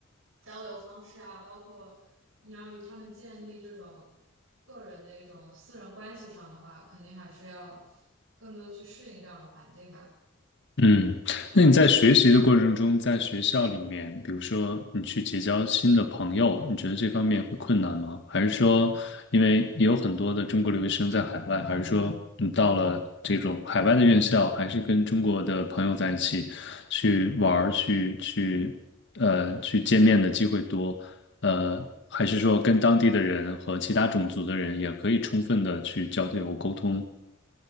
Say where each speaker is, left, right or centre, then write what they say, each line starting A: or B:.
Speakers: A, on the right; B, on the left.
A: 交流方式啊，包括你要与他们建立这种个人的一种私人关系上的话，肯定还是要更多地去适应这样的环境吧。
B: 嗯，那你在学习的过程中，在学校里面，比如说你去结交新的朋友，你觉得这方面会困难吗？还是说，因为也有很多的中国留学生在海外，还是说你到了这种海外的院校，还是跟中国的朋友在一起去玩儿、去去呃去见面的机会多？呃，还是说跟当地的人和其他种族的人也可以充分的去交流沟通？